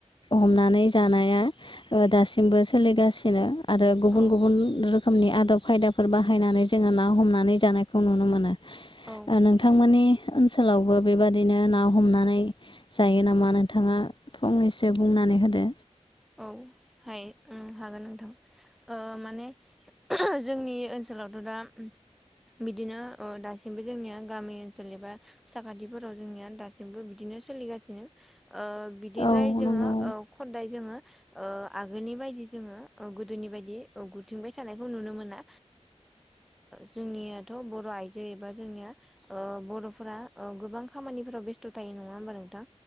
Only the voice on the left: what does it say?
हमनानै जानाया ओ दासिमबो सोलिगासिनो आरो। गुबुन
गुबुन रोखोमनि आदब खायदाफोर बाहायनानै जोंङो ना हमनानै जानायखौ नुनो मोनो।
ओ नोंथांमोननि ओनसोलावबो बेबादिनो ना हमनानै जायो नामा नोंथाङा फंनैसो बुंनानै होदो।
औ
नंगौ